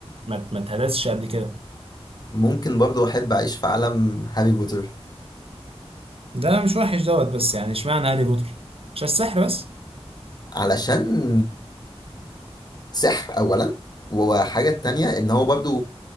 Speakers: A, on the right (about 65°); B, on the left (about 40°).
A: ما ت- ما اتهرسش قبل كده
B: ممكن برضو احب اعيش في عالم هاري بوتر
A: ده مش وحش دوت بس يعني اشمعنى هاري بوتر عشان السحر بس
B: علشان سحر اولا وحاجة تانية ان هو برضو